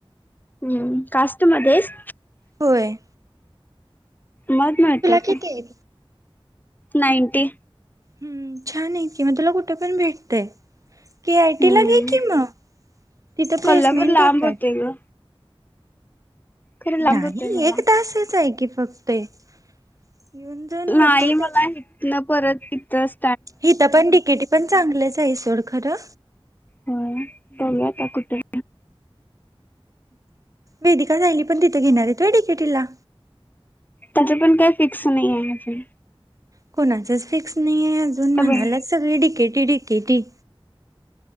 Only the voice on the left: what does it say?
हम्म कास्ट मध्ये हाईस?
माहित नाही काय
तुला?
नाईंटी
हम्म,
कोल्हापूर लांब
होते ग खरं लांब
होते मला
नाही
मला
इथनं परत तिथच
होय बघुया आता कुठे
तीच पण काय फिक्स नाहीये अजून
अबे